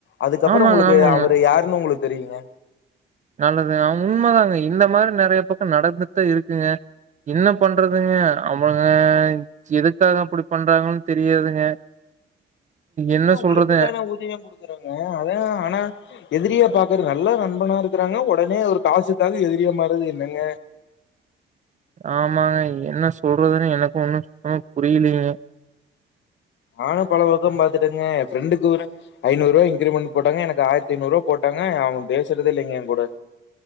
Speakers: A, on the left; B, on the right.
A: அதுக்கப்புறம்
B: ஆமாங்க,
A: உங்களுக்கு
B: ஆமாங்க.
A: அவரு யாருன்னு உங்களுக்கு தெரியுங்க
B: நல்லதுங்க உண்மதாங்க இந்த மாரி நெறைய பக்கம் நடந்துட்தா இருக்குங்க என்ன பண்றதுங்க அவங்க எதுக்காக அப்படி பண்றாங்குன்னு தெரியாதுங்க. என்ன சொல்றது?
A: உழைப்புக்கான ஊதியம் குடுக்குறாங்க அதான் ஆனா எதிரியா பாக்குற நல்லா நண்பனா இருக்குறாங்க உடனே ஒரு காசுக்காக எதிரிய மார்றது என்னங்க
B: ஆமாங்க என்ன சொல்றதுன்னே எனக்கு ஒன்னும் சுத்தமா புரியலைங்க.
A: நானும் பல பக்கம் பாத்துட்டேங்க என் ஃப்ரெண்டுக்கு ஒரு ஐநூறு ரூபா இன்கிரீமெண்ட் போட்டாங்க எனக்கு ஆயிரத்தி ஐந்நூறு ரூபா போட்டாங்க அவன் பேசறதே இல்லைங்க என் கூட